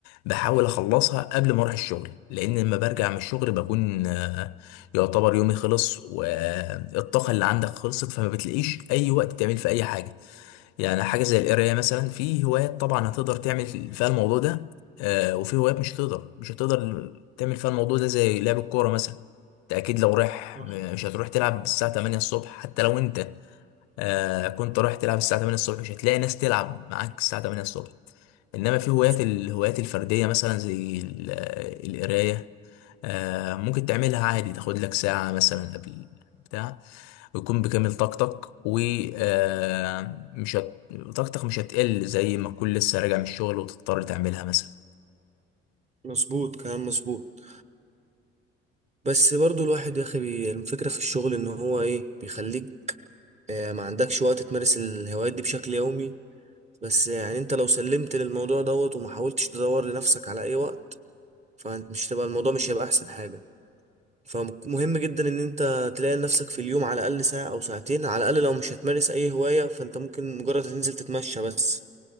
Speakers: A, on the left (about 70°); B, on the right (about 25°).
A: بحاول اخلصها قبل ما اروح الشغل لان لما برجع من الشغل بكون آه يعتبر يومي خلص والطاقة اللي عندك خلصت فما بتلاقيش اي وقت تعمل في اي حاجة يعني حاجة زي القراية مثلا في هوايات طبعا هتقدر تعمل فيها الموضوع ده آه، وفي هوايات مش هتقدر مش هتقدر تعمل فيها الموضوع ده زي لعب الكورة مثلا انت اكيد لو رايح
B: صح
A: مش هتروح تلعب الساعة 8 الصبح حتى لو انت آه كنت رايح تلعب الساعة 8 الصبح مش هتلاقي ناس تلعب معاك الساعة 8 الصبح انما في هوايات
B: مظ-
A: الهوايات الفردية مثلا زي ال- القراية آه ممكن تعملها عادي تاخد لك ساعة مثلا قبل بتاع ويكون بكامل طاقتك و آه، مش هت... طاقتك مش هتقل زي ما تكون لسه راجع من الشغل وتضطر تعملها مثلا
B: مظبوط كلام مظبوط بس برضو الواحد يا اخي بي- الفكرة في الشغل ان هو ايه بيخليك آه، ما عندكش وقت تمارس الهوايات دي بشكل يومي بس يعني انت لو سلمت للموضوع دوت وما حاولتش تدور لنفسك على اي وقت فمش تبقى الموضوع مش هيبقى احسن حاجة فمهم جدا ان انت تلاقي لنفسك في اليوم على الاقل ساعة او ساعتين على الاقل لو مش هتمارس اي هواية فانت ممكن مجرد تنزل تتمشى بس